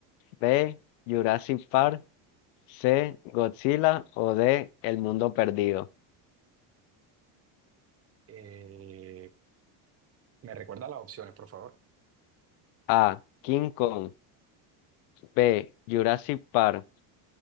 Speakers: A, on the left (about 85°); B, on the right (about 30°).
A: B. Jurassic Park. C. Godzilla o D. El Mundo Perdido.
B: Eh, ¿me recuerda las opciones, por favor?
A: A. King Kong. B. Jurassic Park.